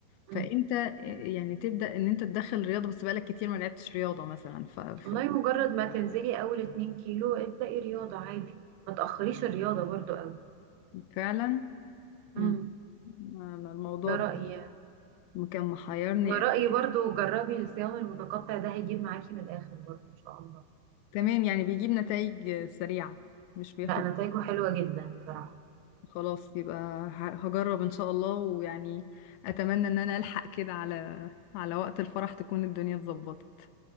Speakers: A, on the left; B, on the right.
A: فانت
B: مم.
A: آه، يعني تبدأ ان انت تدخل رياضة بس بقالك كتير ما لعبتش رياضة مثلا ف... ف-
B: والله مجرد ما تنزلي اول 2 كيلو ابدأي رياضة عادي ما تأخريش الرياضة برضو قوي
A: فعلا مم،
B: مم.
A: أنا الموضوع
B: ده
A: ده
B: رأيي يعني
A: كان محيرني
B: ورأيي برضو جربي الصيام المتقطع ده هيجيب معاكي من الآخر برضو إن شاء الله
A: تمام يعني بيجيب نتائج سريعة مش بياخد
B: لا نتايجه حلوة جدا بصراحة
A: خلاص يبقى ه- هجرب ان شاء الله ويعني اتمنى ان انا الحق كده على على وقت الفرح تكون الدنيا اتظبطت